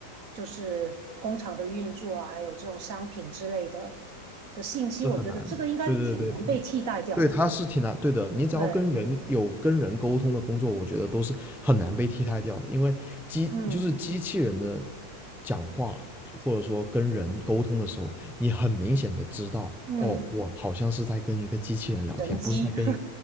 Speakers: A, on the right (about 60°); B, in the centre.
A: 就是工厂的运作啊，还有这种商品之类的的信息，
B: 是很难。
A: 我觉得这个应该挺难被替代掉的吧？
B: 对对对，对，它是挺难，对的。你只要跟人有跟人沟通的工作，
A: 对，
B: 我觉得都是很难被替代掉的，因为机就是机器人的
A: 嗯
B: 讲话，或者说跟人沟通的时候，你很明显的知道，
A: 嗯，
B: 哦，我好像是在跟一个机器人聊天，
A: 人机，
B: 不是在跟一，
A: <laughs>